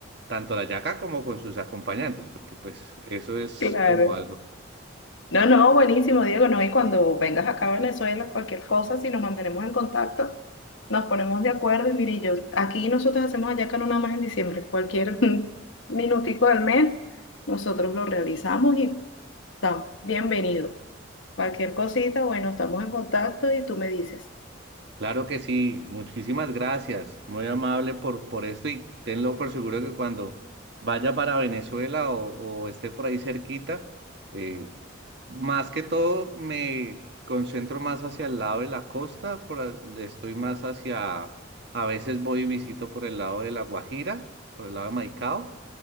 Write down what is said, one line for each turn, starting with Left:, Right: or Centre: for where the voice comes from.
Right: tanto la yaca como con sus acompañantes, porque pues eso es
Left: Claro.
Right: como algo
Left: No, no, buenísimo, Diego. No, y cuando vengas acá a Venezuela, cualquier cosa, si nos mantenemos en contacto, nos ponemos de acuerdo. Y mire, yo aquí nosotros hacemos hallaca no nada más en diciembre, cualquier <laughs> minutico del mes, nosotros lo realizamos y está bienvenido. Cualquier cosita, bueno, estamos en contacto y tú me dices,
Right: Claro que sí, muchísimas gracias, muy amable por, por esto y tenlo por seguro que cuando vaya para Venezuela o, o esté por ahí cerquita, eh, más que todo me concentro más hacia el lado de la costa, por al- estoy más hacia, a veces voy y visito por el lado de La Guajira, por el lado de Maicao,